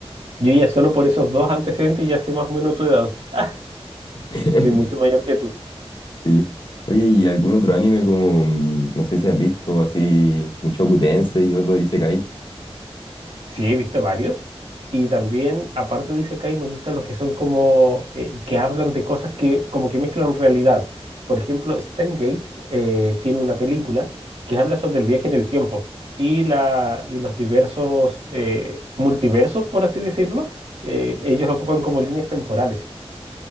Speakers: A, on the right (about 70°); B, on the left (about 50°).
A: Yo ya solo por esos dos antecedentes ya sé más o menos tu edad. <laughs>
B: <laughs>
A: Soy mucho mayor que tú.
B: Sí. Oye, ¿y algún otro anime como, mm, no sé si has visto, así, Mushoku Tensei y otro dice
A: Sí, he visto varios. Y también, aparte de Isekai, me gustan los que son como eh, que hablan de cosas que como que mezclan realidad. Por ejemplo, Steins Gate eh, tiene una película que habla sobre el viaje en el tiempo y, la, y los diversos eh, multiversos, por así decirlo. eh, ellos lo ocupan como líneas temporales